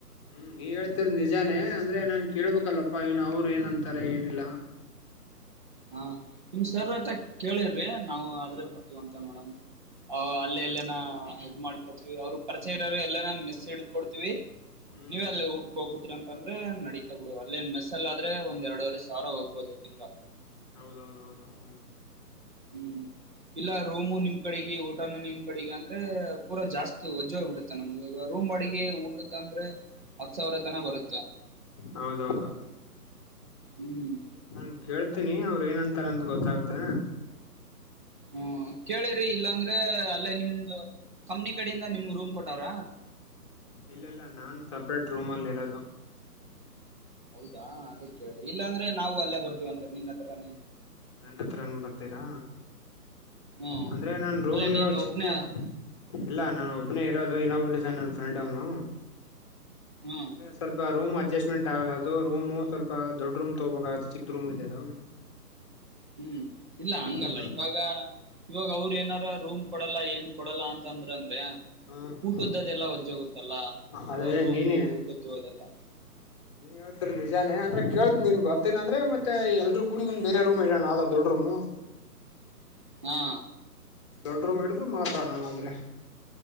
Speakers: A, on the left; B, on the right.
A: ಹ್ಮ್ ನೀವ್ ಹೇಳ್ತಿರದ್ ನಿಜಾನೇ ಅಂದ್ರೆ ನಾನ್ ಕೇಳ್ಬೇಕಲ್ಲಪ್ಪಾ ಇನ್ನ್ ಅವ್ರು ಏನಂತ ತರೆ ಏನಿಲ್ಲ
B: ಹಾ ನಿಮ್
A: ಹ್ಮ್
B: ಸರ್ ಅತ್ತ ಕೇಳಿರ್ರಿ ನಾವು ಆದ್ರೆ ಬರ್ತೀವಂತ ನೋಡಮ ಆವ್
A: ಹಾ
B: ಅಲ್ಲೆ
A: ನಾನ್
B: ಎಲ್ಲನ
A: ಕೇಳ್
B: ಇದ್ ಮಾಡ್ಕೊಡ್ತೀವಿ ಅವ್ರುಗ್ ಪರಿಚಯ ಇರೋರು ಎಲ್ಲನ ಮಿಸ್ ಹಿಡ್ಕೊಡ್ತೀವಿ.
A: ಹ್ಮ್
B: ನೀವಲ್ಲೆ ಊಟ್ಕ್ ಹೋಗುದ್ರಂತ ಅಂದ್ರೆ ನಡೀತಾ ಬಿಡು ಅಲ್ಲೇನ್ ಮೆಸ್ಸಲ್ ಆದ್ರೆ ಒಂದ್ ಎರ್ಡುವರೆ ಸಾವ್ರ ಹೋಗ್ಬೋದು ತಿಂಗ್ಳ
A: ಹೌದೌದೌದು ಹ್ಮ್
B: ಹ್ಮ್ ಇಲ್ಲ ರೋಮು ನಿಮ್ ಕಡಿಗೆ ಊಟನು ನಿಮ್ ಕಡಿಗೆ ಅಂದ್ರೆ ಪೂರಾ ಜಾಸ್ತಿ ವಜ್ಜೋಗ್ ಬಿಡುತ್ತೆ ನಮ್ಗ್ ರೂಮ್ ಬಾಡಿಗೆ <unintelligible> ಹತ್ ಸಾವ್ರ ತನ ಬರುತ್ತ
A: ಹೌದೌದು
B: ಹ್ಮ್
A: ನಾನ್ ಕೇಳ್ತಿನಿ ಅವ್ರು ಏನಂತಾರಂತ ಗೊತ್ತಾಗುತ್ತೆ
B: ಹ್ಮ ಕೇಳಿರಿ ಇಲ್ಲಾ ಅಂದ್ರೆ ಅಲ್ಲೇ ನಿಮ್ದು ಕಂಪ್ನಿ ಕಡಿಂದ ನಿಮ್ಗ್ ರೂಮ್ ಕೊಟ್ಟವ್ರ?
A: ಇಲ್ಲ ಇಲ್ಲ ನಾನ್ ಸಪ್ರೇಟ್ ರೂಮಲ್ ಇರೋದು
B: ಹೌದಾ ಕೇಳ್ರಿ ಇಲ್ಲಾಂದ್ರೆ ನಾವು ಅಲ್ಲೇ ಬರ್ತೀವ ಅಂತ ನಿನ್ನ ಹತ್ರರಾನೇ
A: ನನ್ನ ಹತ್ರಾನೇ ಬರ್ತೀರಾ
B: ಹ್ಮ್
A: ಅಂದ್ರೆ ನನ್ ರೂಮ್
B: ಅಲ್ಲೇ
A: ಇವಾಗ
B: ನೀನ್
A: ಚಿಕ್ಕದಿದೆ.
B: ಒಬ್ನೇ
A: ಇಲ್ಲ ನಾನ್ ಒಬ್ನೇ ಇರೋದು ಇನ್ನೊಬ್ನು ಇದಾನೆ ನನ್ ಫ್ರೆಂಡ್ ಅವ್ನು.
B: ಹ್ಮ್. <unintelligible>
A: ಸ್ವಲ್ಪ ರೂಮ್ ಅಡ್ಜಸ್ಟ್ಮೆಂಟ್ ಆಗಲ್ಲ ಅದು ರೂಮ್ ಸ್ವಲ್ಪ ದೊಡ್ಡ ರೂಮ್ ತಗೋಬೇಕಾಗುತ್ತೆ ಚಿಕ್ ರೂಮ್ ಇದೆ ಅದು.
B: ಹ್ಮ್ ಇಲ್ಲಾ ಹಾಂಗಲ್ಲ
A: ಮತ್ತೆ
B: ಇವಾಗ. ಇವಾಗ ಅವ್ರು ಏನಾರ ರೂಮ್ ಕೊಡಲ್ಲ ಏನ್ ಕೊಡಲ್ಲ ಅಂತ ಅಂದ್ರೆ.
A: ಹ
B: ಊಟದ್ದದೆಲ್ಲಾ ಒಜ್ಜೆ ಹಾಗುತ್ತಲ್ಲ
A: ಅದೇ
B: ರೂಮು
A: ನೀನೇ
B: ಊಟದ್ದು ಅದೆಲ್ಲಾ.
A: ನೀನ್ ಯಾವ. <unintelligible> ನಿಜಾನೆ ಅಂದ್ರ ಕೇಳ್ತ ನೀನು ಬರ್ತೀನಿ ಅಂದ್ರೆ ಮತ್ತೆ ಎಲ್ರೂ ಕೂಡಿ ಒಂದು ಬೇರೆ ರೂಮ್ ಇರೋಣ ಯಾವ್ದಾದ್ರೂ ದೊಡ್ ರೂಮ್.
B: <unintelligible> ಹಾ.
A: ದೊಡ್ಡ ರೂಮ್ ಹಿಡಿದು ಮಾತಾಡೋಣ ಆದ್ರೆ.